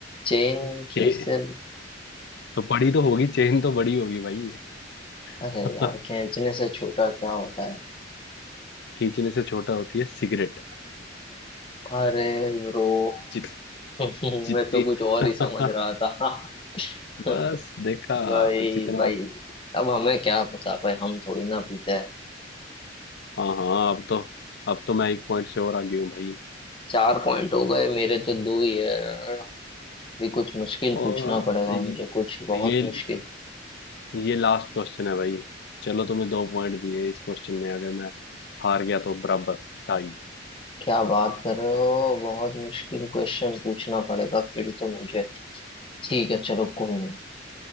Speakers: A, on the left (about 30°); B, on the left (about 60°).
A: चेन खींचते
B: चे तो बड़ी तो होगी चेन तो बड़ी होगी भाई
A: अरे
B: <laughs>
A: यार खींचने से छोटा क्या होता है
B: खींचने से छोटा होती है सिगरेट
A: अरे ब्रो
B: जित
A: <laughs> मैं
B: जितनी
A: तो कुछ और
B: <laughs>
A: ही समझ रहा था <laughs>
B: बस देखा
A: भाई
B: जितना
A: भाई
B: आप
A: अब हमें क्या पता भाई हम थोड़ी ना पीते हैं
B: हाँ हाँ अब तो अब तो मैं एक पॉइंट से और आगे हूँ भाई
A: चार पॉइंट हो गए मेरे तो दो ही है भी कुछ मुश्किल
B: और
A: पूछना पड़ेगा
B: ये
A: मुझे कुछ बहुत
B: ये
A: मुश्किल
B: ये लास्ट क्वेश्चन है भाई चलो तुम्हें दो पॉइंट दिए इस क्वेश्चन में अगर मैं हार गया तो बराबर टाई
A: क्या बात कर रहे हो बहुत मुश्किल क्वेश्चन पूछना पड़ेगा फिर तो मुझे ठीक है चलो कोई नहीं